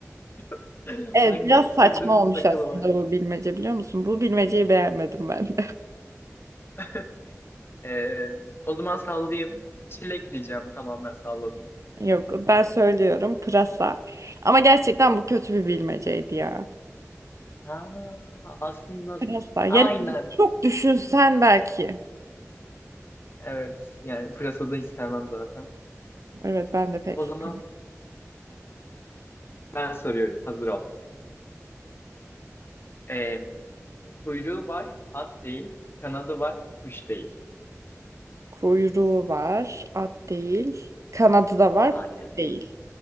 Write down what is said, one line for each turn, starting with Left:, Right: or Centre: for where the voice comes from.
Left: <laughs>
Right: Evet,
Left: Hangi
Right: biraz
Left: sebzenin
Right: saçma olmuş
Left: sakalı
Right: aslında
Left: var?
Right: bu bilmece biliyor musun? Bu bilmeceyi beğenmedim ben de.
Left: <laughs> Ee, o zaman sallayayım. Çilek diyeceğim. Tamam ben salladım.
Right: <laughs> Yok, ben söylüyorum pırasa. Ama gerçekten bu kötü bir bilmeceydi ya.
Left: Ha, aslında
Right: Pırasa. Yani
Left: aynen.
Right: çok düşünsen belki.
Left: Evet. Yani pırasada hiç sevmem zaten.
Right: Evet, ben de pek.
Left: O
Right: sevmem.
Left: zaman ben soruyorum. Hazır ol. Ee, kuyruğu var, at değil. Kanadı var, kuş değil.
Right: Kuyruğu var, at değil. Kanadı da var,
Left: Aynen.
Right: kuş değil.